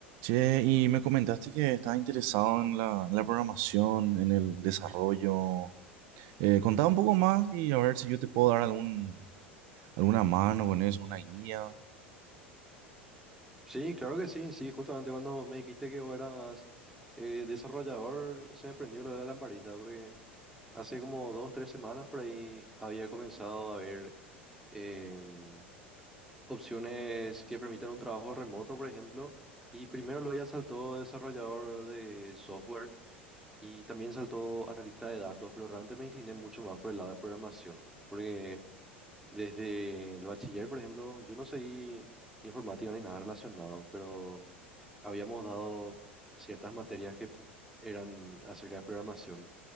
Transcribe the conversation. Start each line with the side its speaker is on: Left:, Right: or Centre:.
Right: Che, y me comentaste que estás interesado en la, en la programación, en el desarrollo. Eh, contá un poco más y a ver si yo te puedo dar algún, alguna mano con eso, una guía.
Centre: Sí, claro que sí, sí, justamente cuando me dijiste que vos eras eh, desarrollador, se me prendió lo de la lamparita, porque hace como dos, tres semanas por ahí había comenzado a ver em, opciones que permitan un trabajo remoto, por ejemplo, y primero lo ya saltó desarrollador de software y también saltó analista de datos, pero realmente me incliné mucho más por el lado de programación, porque desde el bachiller, por ejemplo, yo no seguí informática ni nada relacionado, pero habíamos dado ciertas materias que eran acerca de programación